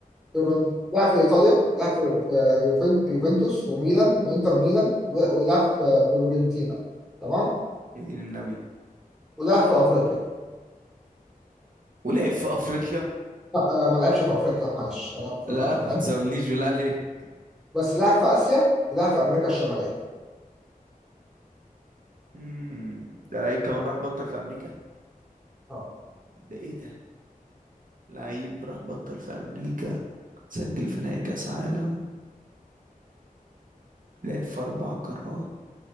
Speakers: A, in the centre; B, on the right.
A: فيورنت- لعب في إيطاليا لعب في في يوفن- يوفنتوس وميلان وإنتر ميلان و- ولعب في فيورنتينا تمام
B: يا دين النبي
A: ولعب في أفريقيا
B: ولعب في افريقيا
A: لا آه، ما لعبش في أفريقيا معلش أنا افتكرت
B: لا
A: ما لعبش
B: ما تزولنيش بالله عليك
A: بس لعب في آسيا ولعب في أمريكا الشمالية
B: امم ده لعيب كمان راح بطل في امريكا
A: اه
B: ده ايه ده لعيب راح بطل في امريكا سجل في نهائي كاس عالم لعب في اربع قارات